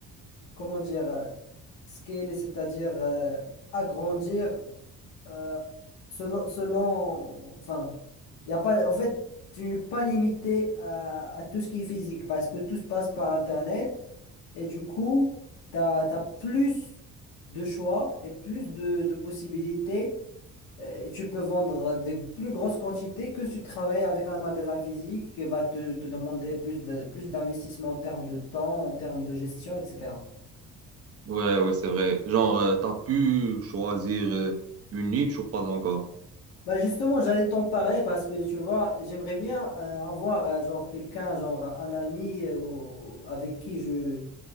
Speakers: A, on the left; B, on the right.
A: comment dire, euh, scaler, c'est-à-dire euh, agrandir euh, selon, selon, enfin, il y a pas, en fait, tu n'es pas limité à, à tout ce qui est physique parce que tout se passe par Internet et du coup, tu as, plus de choix et plus de, de possibilités euh, et tu peux vendre des plus grosses quantités que si tu travailles avec un magasin physique qui va te, te demander plus de, plus d'investissement en termes de temps, en termes de gestion, etc.
B: Ouais, ouais, c'est vrai. Genre, euh, t'as pu choisir euh, une niche ou pas encore?
A: Bah justement, j'allais t'en parler parce que tu vois, j'aimerais bien euh, avoir euh, genre quelqu'un, genre un ami euh, ou- avec qui je,